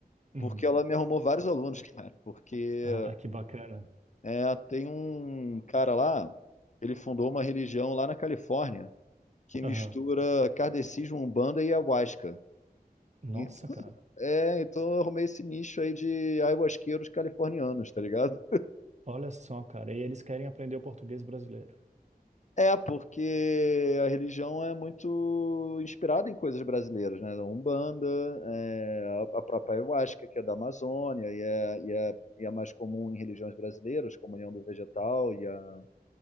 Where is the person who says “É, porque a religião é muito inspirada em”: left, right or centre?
Left